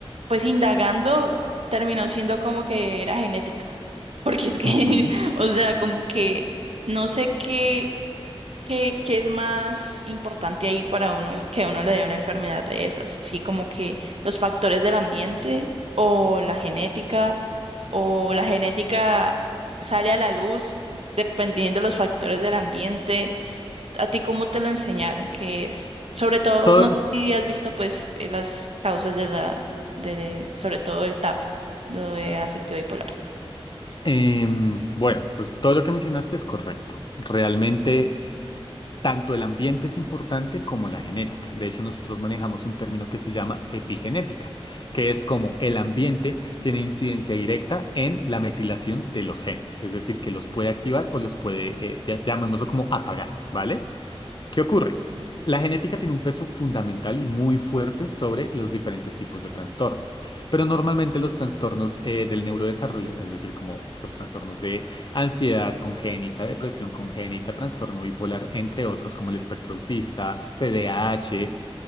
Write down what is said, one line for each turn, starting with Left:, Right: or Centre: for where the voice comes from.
Right: pues indagando, terminó siendo como que era genética. <laughs> Porque es que,
Left: Ujú.
Right: <laughs> o sea, como que no sé qué. ¿Qué, qué es más importante ahí para uno el- que a uno le dé una enfermedad de esas? Sí, como que los factores del ambiente o la genética o la genética sale a la luz dependiendo de los factores del ambiente. ¿A ti cómo te lo enseñaron? ¿Qué es? Sobre todo,
Left: Todo
Right: no
Left: el-
Right: sé si has visto pues eh, las causas de la, de, sobre todo el TAP, lo de afectivo bipolar.
Left: em, bueno, pues todo lo que mencionaste es correcto. Realmente Tanto el ambiente es importante como la genética. De hecho, nosotros manejamos un término que se llama epigenética, que es como el ambiente tiene incidencia directa en la metilación de los genes, es decir, que los puede activar o los puede, eh, ya- llamémoslo como apagar, ¿vale? ¿Qué ocurre? La genética tiene un peso fundamental y muy fuerte sobre los diferentes tipos de trastornos, pero normalmente los trastornos eh, del neurodesarrollo, es decir, como los trastornos de ansiedad congénita, depresión congénita, trastorno bipolar, entre otros como el espectro autista, TDAH